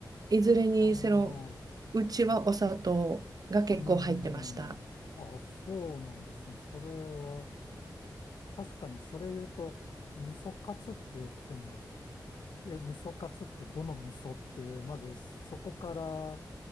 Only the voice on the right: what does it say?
いずれにせよ、
うちはお砂糖が結構入ってました。